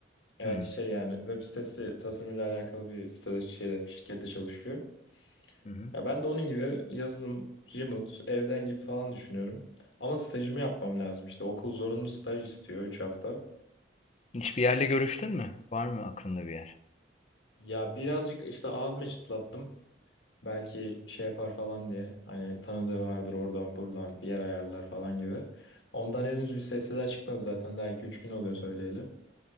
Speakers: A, on the left; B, on the left.
A: e,
B: Hmm,
A: şey yani web sitesi tasarımıyla alakalı bir sitede şeyde şirkette çalışıyor.
B: Hı hı.
A: Ya ben de onun gibi yazılım, remote, evden gibi falan düşünüyorum. Ama stajımı yapmam lazım. İşte okul zorunlu staj istiyor 3 hafta.
B: Hiçbir yerle görüştün mü? Var mı aklında bir yer?
A: Ya birazcık işte abime çıtlattım. Belki şey yapar falan diye. Hani tanıdığı vardır oradan buradan bir yer ayarlar falan gibi. Ondan henüz bir sesler çıkmadı zaten. Daha iki üç gün oluyor söyleyeli.